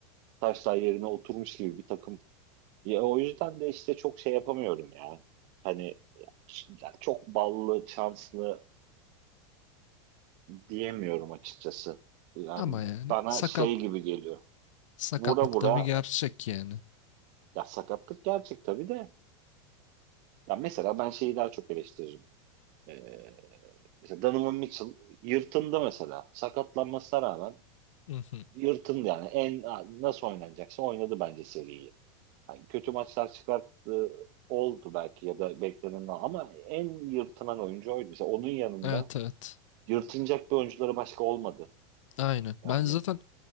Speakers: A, on the right (about 50°); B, on the left (about 80°).
A: taşlar yerine oturmuş gibi bir takım. Ya o yüzden de işte çok şey yapamıyorum ya. Hani yani çok ballı, şanslı diyemiyorum açıkçası. Yani
B: Ama yani
A: bana
B: sakat
A: şey gibi geliyor.
B: sakatlık
A: Vura vura
B: da bir gerçek yani.
A: ya sakatlık gerçek tabii de Ya mesela ben şeyi daha çok eleştiririm. Ee, mesela Donovan Mitchell yırtındı mesela. Sakatlanmasına rağmen
B: Hı hı.
A: yırtındı yani. En nasıl oynanacaksa oynadı bence seriyi. Yani kötü maçlar çıkarttı oldu belki ya da beklenen ama en yırtılan oyuncu oydu. Mesela onun yanında
B: Evet evet.
A: yırtınacak bir oyuncuları başka olmadı.
B: Aynen.
A: Yani
B: Ben zaten